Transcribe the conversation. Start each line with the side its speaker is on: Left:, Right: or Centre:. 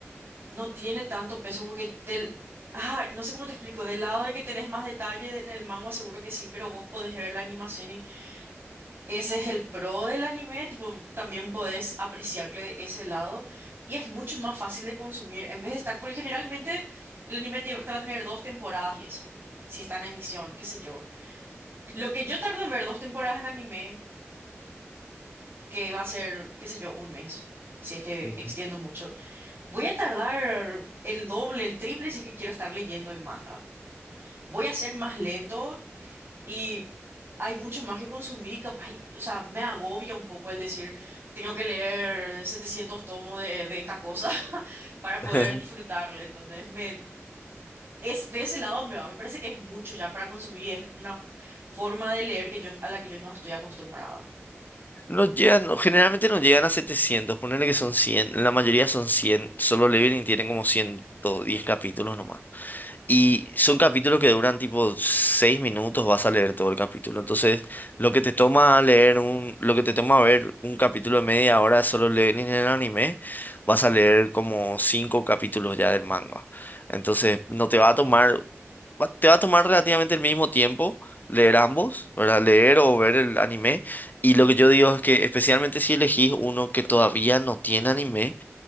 Right: No tiene tanto peso porque del... Ay, no sé cómo te explico. Del lado de que tenés más detalle en el manga, seguro que sí, pero vos podés ver la animación y ese es el pro del anime. Tipo, también podés apreciarle de ese lado y es mucho más fácil de consumir en vez de estar, porque generalmente el anime te, te va a tener dos temporadas y eso, si está en emisión, qué sé yo. Lo que yo tardo en ver dos temporadas en anime, que va a ser, qué sé yo, un mes, si es que
Left: Ujú.
Right: extiendo mucho. Voy a tardar el doble, el triple si es que quiero estar leyendo el manga. Voy a ser más lento y hay mucho más que consumir y capaz, o sea, me agobia un poco el decir, tengo que leer 700 tomos de, de esta cosa <laughs> para poder
Left: <laughs>
Right: disfrutarle. Entonces, me, es, de ese lado me va, me parece que es mucho ya para consumir y es una forma de leer que yo, a la que yo no estoy acostumbrada.
Left: Nos llegan, no, generalmente nos llegan a setecientos ponerle que son cien la mayoría son cien solo Leveling tienen como 110 capítulos nomás. Y son capítulos que duran tipo 6 minutos, vas a leer todo el capítulo. Entonces, lo que te toma leer un, lo que te toma ver un capítulo de media hora de solo Leveling en el anime, vas a leer como 5 capítulos ya del manga. Entonces, no te va a tomar va- te va a tomar relativamente el mismo tiempo leer ambos, ¿verdad? Leer o ver el anime. Y
Right: Ujú.
Left: lo que yo digo es que especialmente si elegís uno que todavía no tiene anime,